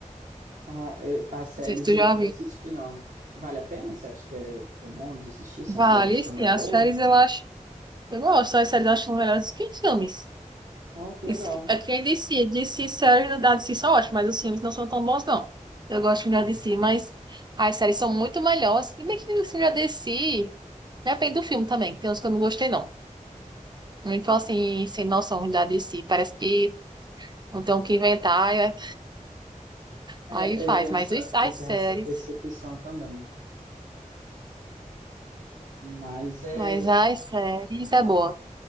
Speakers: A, on the right; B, on the right.
A: Ah, eu- as séries
B: Não sei se tu
A: eu
B: já
A: nunca
B: viu.
A: assisti, não. Vale a pena? Você acha que é, que é bom de assistir? Assim,
B: Vale,
A: a produção
B: sim,
A: é boa?
B: as séries eu acho. Eu gosto, as séries eu acho melhores que os filmes.
A: Ó, que
B: Isso-
A: legal.
B: É quem DC, DC séries da DC são ótimas, mas os filmes não são tão bons, não. Eu gosto
A: Aham.
B: da DC, mas as séries são muito melhores. Se bem que os filmes da DC, depende do filme também, tem uns que eu não gostei, não. Muito assim, sem noção da DC. Parece que não tem o que inventar, aí
A: É,
B: aí faz.
A: eu tenho
B: Mas
A: essa,
B: os- as
A: eu tenho
B: séries.
A: essa percepção também. Mas é,
B: Mas as séries é boa.